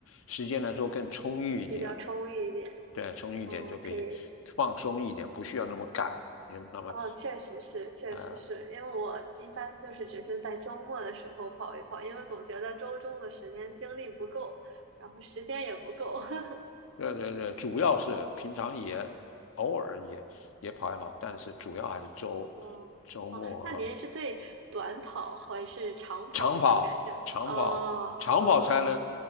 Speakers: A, on the left; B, on the right.
A: 时间来说更充裕一点，
B: 比较充裕一点，
A: 对，充裕一点就可以放松一点，
B: 哦，可以，
A: 不需要那么赶，也那么
B: 哦，确实是，确实是，
A: 呃
B: 因为我一般就是只是在周末的时候跑一跑，因为总觉得周中的时间精力不够，然后时间也不够。<laughs>
A: 对对对，主要是平常也偶尔也也跑一跑，但是主要还是周
B: 哦哦，
A: 周末
B: 那您是对短跑还是长跑比较感兴趣？
A: 长跑、长跑、
B: 哦哦。
A: 长跑才能